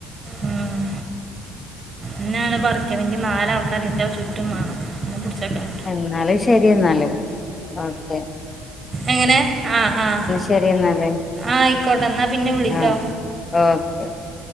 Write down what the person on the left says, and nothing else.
എന്നാല് ശരി എന്നാല് ഓക്കേ.
ശരി എന്നാല്
ആ Okay okay.